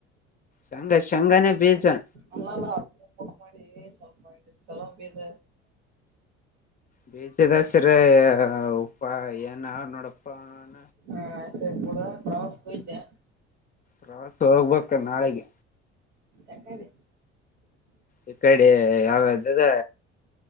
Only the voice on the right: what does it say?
ಅಲ್ಲಲ್ಲ ಮಾಡಿ ಸ್ವಲ್ಪ ಚಲೋ ಬೀಜ.
ಹಾ ಆಯ್ತ ಪ್ರವಾಸಕಾ ಹೋಗಿದ್ಯಾ.
ಎಕಡಿ